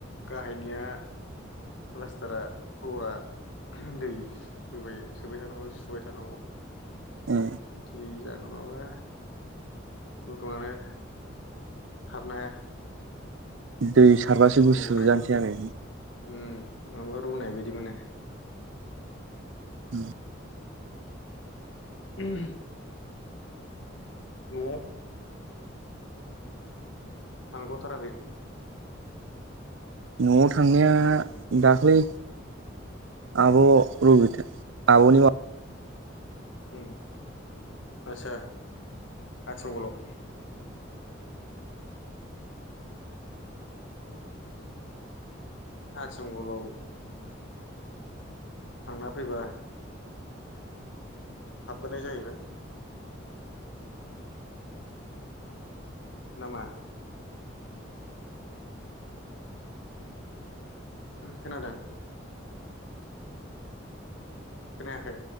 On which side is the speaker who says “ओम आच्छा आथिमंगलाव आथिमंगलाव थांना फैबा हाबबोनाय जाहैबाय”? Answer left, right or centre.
Left